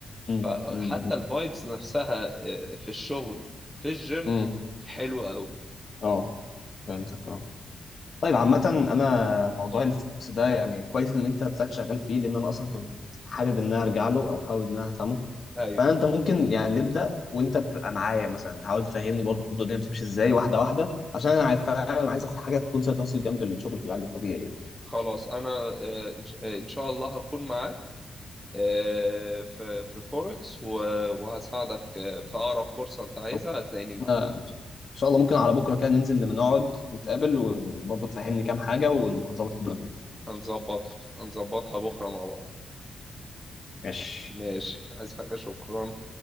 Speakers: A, on the left; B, in the centre.
A: امم
B: فحتى
A: امم
B: الفايبز نفسها آه، في الشغل في الجيم
A: امم
B: حلوة قوي
A: اه فهمتك اه طيب عامة انا موضوع الفوكس ده يعني كويس ان انت هتلاقيك شغال فيه لان انا اصلا كنت حابب ان انا ارجع له او حابب ان انا افهمه
B: ايوه
A: فانت ممكن يعني نبدا وانت تبقى معايا مثلا تحاول تفهمني برضه الدنيا بتمشي ازاي واحده واحده عشان انا عارف فعلا عايز اخد حاجه تكون سايد هاسل جنب الشغل في العلاج الطبيعي يعني
B: خلاص انا آه، إن ش- آه، إن شاء الله هكون معاك آه، في في فوركس و- وهساعدك آه، في اقرب فرصة انت عايزها
A: أو-
B: هتلاقيني معاك
A: ان شاء الله ممكن على بكره كده ننزل لما نقعد نتقابل وبرضه تفهمني كام حاجه ونبقى نظبط الدنيا
B: هنظبطها هنظبطها بكرة مع بعض
A: ماشي
B: ماشي عايز حاجة شكرا